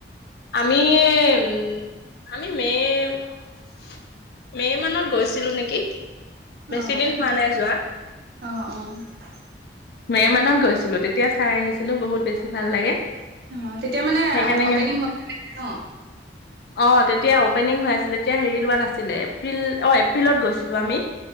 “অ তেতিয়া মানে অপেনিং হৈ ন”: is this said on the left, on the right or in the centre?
Right